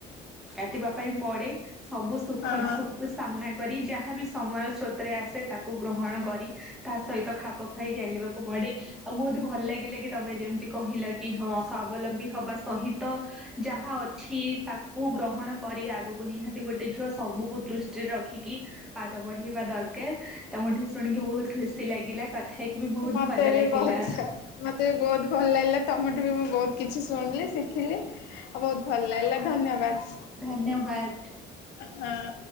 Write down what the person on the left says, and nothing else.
ହଁ
ମତେ
ବି
ବହୁତ ମତେ ବି ବହୁତ ଭଲ ଲାଗିଲା ତମଠୁ ବି ମୁଁ ବହୁତ କିଛି ଶୁଣିଲି ଶିଖିଲି ଆଉ ବହୁତ ଭଲ ଲାଗିଲା ଧନ୍ୟବାଦ ।
ହଁ।